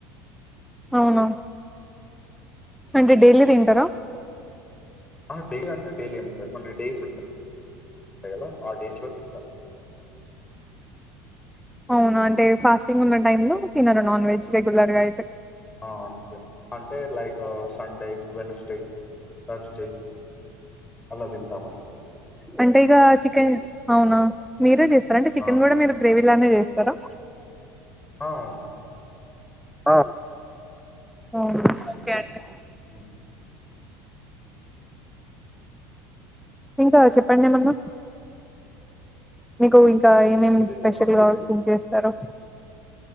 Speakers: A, in the centre; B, on the left.
A: అవునా అంటే డైలీ తింటారా?
B: ఆ డైలీ అంటే డైలీ అనికాద్ కొన్ని డేస్ ఉం టయి కదా ఆ డేస్ లో తింటం
A: అవునా అంటే ఫాస్టింగ్ ఉన్న టైం లో తినరు నాన్ వెజ్ రెగ్యులర్ గా అయితే.
B: ఆ అంతే అంటే లైక్ సండే, వెన్స్డే, థర్స్డే అలా తింటాం అనమా
A: అంటే ఇగ చికెన్ అవునా మీరే చేస్ స్తర చికెన్
B: ఆ
A: గూడ మీరు గ్రేవి ఇలానే చేస్తరా
B: ఆ అవును
A: ఆ! అవునా ఓకే అండి
B: హ్మ్
A: ఇంకా చెప్పండి ఏమన్నా మీకు ఇం ఇంక ఏమేం
B: మీరే
A: స్పెషల్
B: చెప్పాలండి
A: గా కుక్ చేస్తరు